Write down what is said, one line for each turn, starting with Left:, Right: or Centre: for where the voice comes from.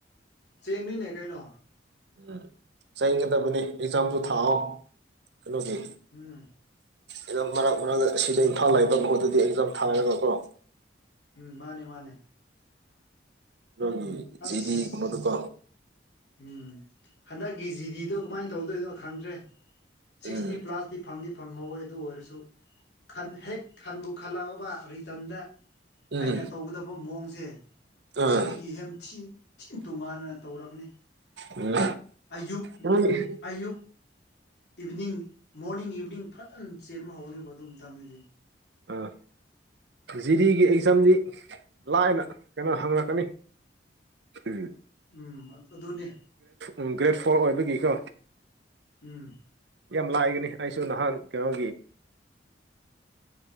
Left: ꯆꯅꯤꯅꯦ ꯀꯩꯅꯣ
Right: ꯎꯝ ꯆꯩꯒꯗꯕꯅꯤ ꯑꯦꯛꯖꯥꯝꯁꯨ ꯊꯥꯛꯍꯧ ꯀꯩꯅꯣꯒꯤ
Left: ꯎꯝ
Right: ꯑꯦꯝ ꯃꯔꯛ ꯃꯔꯛꯇ ꯑꯁꯤꯗ ꯏꯝꯐꯥꯜ ꯂꯩꯥꯛꯏꯕ ꯃꯍꯨꯠꯇꯗꯤ ꯑꯦꯖꯝ ꯊꯥꯔꯒꯀ꯭ꯔꯣ
Left: ꯎꯝ ꯃꯥꯅꯦ ꯃꯥꯅꯦ
Right: ꯑꯗꯨꯒꯤ
Left: ꯑꯁ
Right: ꯖꯦꯗꯤꯒꯨꯝꯗꯨꯀꯣ
Left: ꯎꯝ ꯍꯟꯗꯛꯀꯤ ꯖꯤꯗꯤꯗꯣ ꯀꯃꯥꯏꯅ ꯇꯧꯗꯣꯏꯅꯣ ꯈꯪꯗ꯭ꯔꯦ ꯁꯤꯛꯁꯇꯤ
Right: ꯎꯝ
Left: ꯄ꯭ꯂꯥꯁꯇꯤ ꯐꯪ ꯐꯪꯍꯧꯋꯦ ꯑꯗꯨ ꯑꯣꯏꯔꯁꯨ ꯍꯦꯛ ꯈꯟꯕꯨ ꯈꯜꯂꯛꯑꯕ ꯔꯤꯇꯟꯗ
Right: ꯎꯝ
Left: ꯑꯩꯅ ꯇꯧꯒꯗꯕ ꯃꯑꯣꯡꯁꯦ
Right: ꯑꯥ
Left: ꯁꯤꯗꯒꯤ ꯍꯦꯝꯊꯤ ꯇꯣꯉꯥꯟꯅꯅ ꯇꯧꯔꯛꯅꯤ
Right: ꯎꯝ
Left: ꯑꯌꯨꯛ
Right: ꯅꯣꯏꯒꯤ
Left: ꯑꯌꯨꯛ ꯏꯚꯤꯅꯤꯡ ꯃꯣꯔꯅꯤꯡ ꯏꯚꯤꯅꯤꯡ ꯐꯖꯅ ꯆꯦꯟꯕ ꯍꯧꯔꯅꯦꯕ ꯑꯗꯨ ꯃꯇꯡꯗꯗꯤ
Right: ꯑꯥ ꯖꯤꯗꯤꯒꯤ ꯑꯦꯛꯖꯥꯝꯗꯤ ꯂꯥꯏꯅ ꯀꯩꯅꯣ ꯍꯪꯂꯛꯀꯅꯤ ꯎꯝ
Left: ꯎꯝ ꯑꯗꯨꯅꯦ
Right: ꯎ ꯒ꯭ꯔꯦꯠ ꯐꯣꯔ ꯑꯣꯏꯕꯒꯤꯀꯣ
Left: ꯎꯝ
Right: ꯌꯥꯝ ꯂꯥꯏꯒꯅꯤ ꯑꯩꯁꯨ ꯅꯍꯥꯟ ꯀꯩꯅꯣꯒꯤ